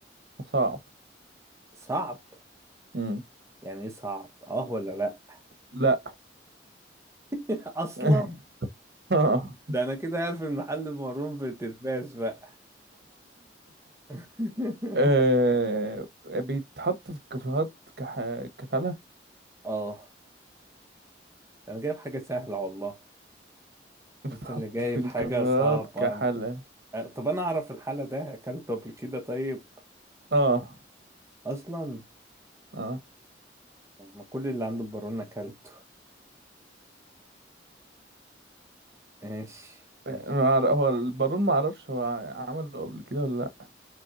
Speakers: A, on the right (about 60°); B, on the right (about 15°).
A: صعب
B: صعب
A: مم.
B: يعني ايه صعب اه ولا لا
A: لا
B: <laughs> اصلا
A: <laughs> آه.
B: ده انا كده قاعد في محل البارون في الترباس بقى <laughs>
A: آه، بيتحط في الكافيهات كح... كحلة
B: اه انا جايب حاجة سهلة والله
A: بيتحط
B: انت اللي جايب
A: في الكافيهات
B: حاجة صعبة
A: كحلة
B: أنت- آه، طب انا اعرف الحالة ده اكلته قبل كده طيب
A: اه
B: اصلا
A: اه
B: ما كل اللي عنده البارونة كلته <laughs> ماشي
A: ما
B: ماشي
A: أعرف- هو البارون ما اعرفش هو عمله قبل كده ولا لا